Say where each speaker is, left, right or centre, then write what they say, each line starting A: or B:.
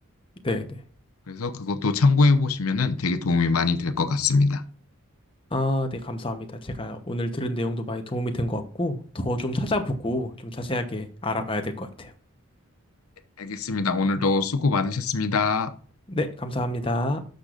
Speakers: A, on the left; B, on the left.
A: 네, 네.
B: 그래서 그것도 참고해 보시면은 되게 도움이 많이 될 것 같습니다.
A: 아, 네, 감사합니다. 제가 오늘 들은 내용도 많이 도움이 된 것 같고, 더 좀 찾아보고 좀 자세하게 알아봐야 될 것 같아요.
B: 알겠습니다. 오늘도 수고 많으셨습니다.
A: 네, 감사합니다.